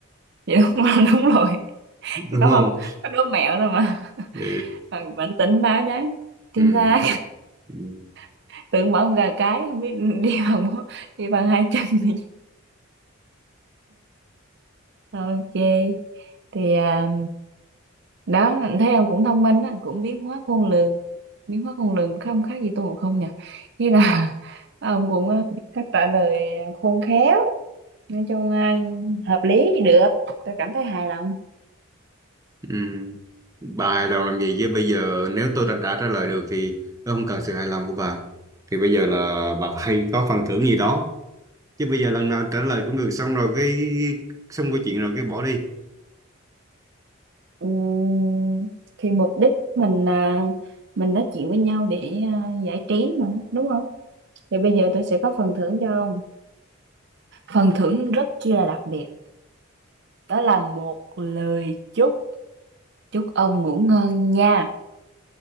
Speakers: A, on the right; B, on the right.
A: vậy đúng không <laughs> đúng rồi
B: đúng
A: có
B: không
A: không có đố mẹo thôi mà
B: ừ.
A: bạn bạn tỉnh táo nhá chính
B: Ừ.
A: xác
B: Ừ.
A: <laughs> tưởng bảo con gà cái không biết đi bằng <laughs> bốn- đi bằng hai chân thì ok thì à, đó thấy ông cũng thông minh á cũng biến hóa khôn lường biến hóa khôn lường không khác gì Tôn Ngộ Không nhỉ thế là <laughs> ông cũng ờ, biết cách trả lời khôn khéo nói chung ờ, hợp lý thì được tôi cảm thấy hài lòng
B: Ừ. bà hài lòng làm gì chứ bây giờ nếu tôi đã, đã trả lời được thì tôi không cần sự hài lòng của bà thì bây giờ là bà hay có phần thưởng gì đó chứ bây giờ lần nào trả lời cũng được xong rồi cái xong câu chuyện rồi cái bỏ đi
A: Ừm, thì mục đích mình ờ, mình nói chuyện với nhau để ờ, giải trí mà đúng không thì bây giờ tôi sẽ có phần thưởng cho ông phần thưởng rất chi là đặc biệt đó là một lời chúc chúc ông ngủ ngon nha